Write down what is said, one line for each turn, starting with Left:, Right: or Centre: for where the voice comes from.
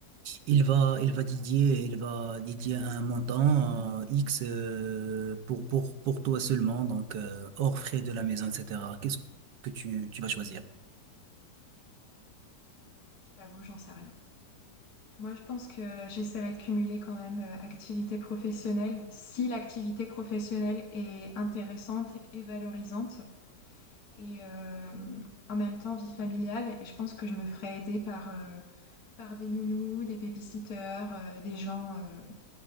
Right: il va il va dédier il va dédier un montant euh, X euh, pour, pour, pour toi seulement donc euh, hors frais de la maison etc. Qu'est-ce que tu, tu vas choisir?
Left: Je t'avoue, j'en sais rien. Moi, je pense que j'essaierai de cumuler quand même euh, activité professionnelle, si l'activité professionnelle est intéressante et valorisante, et euh, en même temps vie familiale. Et je pense que je me ferai aider par... euh, par des nounous, des babysitters, euh, des gens, euh,